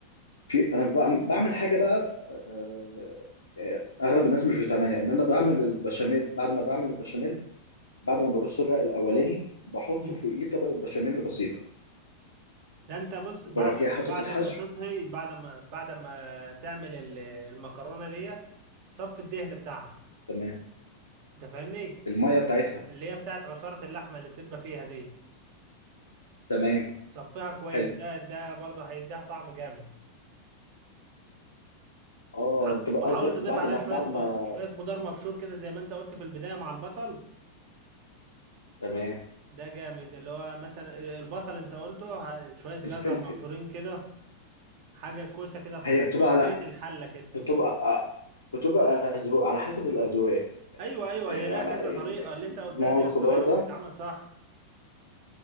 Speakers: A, on the left; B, on the right.
A: في انا بعم- بعمل حاجة بقى آه، آه، اغلب الناس مش بتعملها ان انا بعمل البشاميل بعد ما بعمل البشاميل بعد ما برص الرق الاولاني بحط
B: مم.
A: فوقيه طبقه بشاميل بسيطه
B: ده انت بص بعد
A: وبروح جاي حاطط
B: بعد
A: الحشو
B: ما تطهي بعد ما بعد ما تعمل ال- المكرونه ديت صف الدهن بتاعها
A: تمام
B: انت فاهمني
A: الميه بتاعتها
B: اللي هي بتاعت عصاره اللحمه اللي بتبقى فيها دي
A: تمام
B: صفيها كويس
A: حلو
B: ده ده برضه هيديها طعم جامد
A: اه
B: ح-
A: انت بقى
B: وحاول
A: قصدك
B: تضيف
A: بعد
B: عليها
A: ما
B: شويه
A: بعد
B: خ-
A: ما
B: شويه خضار مبشور كده زي ما انت قلت في البدايه مع البصل
A: تمام
B: ده جامد اللي هو مثلا البصل انت قلته ه- شويه جزر
A: الفلفل
B: مبشورين كده حاجه كوسه كده في
A: هي بتبقى
B: قضيه
A: لا
B: الحله كده
A: بتبقى آه، بتبقى أذواق على حسب الاذواق
B: ايوه ايوه
A: آه،
B: هي لها
A: على
B: كذا طريقه
A: ال-
B: اللي انت قلتها
A: نوع
B: دي
A: الخضار
B: الطريقه
A: ده
B: وتتعمل صح